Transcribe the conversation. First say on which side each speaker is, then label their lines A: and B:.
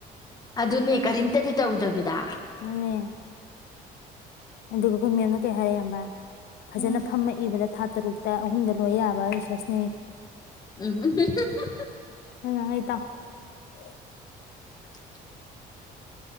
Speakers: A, on the left (about 25°); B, on the left (about 80°).
A: ꯑꯗꯨꯅꯦ ꯀꯔꯤꯝꯇꯗꯤ ꯇꯧꯗꯕꯤꯗꯥ꯫
B: ꯗꯨꯅꯦ ꯑꯗꯨꯒ ꯈꯣꯏ ꯃꯦꯝꯅ ꯀꯩ ꯍꯥꯏꯔꯩ ꯍꯝꯕꯥ꯫ ꯐꯖꯅ
A: ꯎꯝ
B: ꯐꯝꯃ ꯏꯕꯗ ꯊꯥ ꯇꯔꯨꯛꯇ ꯑꯍꯨꯝꯗ ꯂꯣꯏ ꯌꯥꯕ ꯔꯤꯁꯔꯁꯅꯦ꯫
A: <unintelligible>
B: <unintelligible>
A: <unintelligible>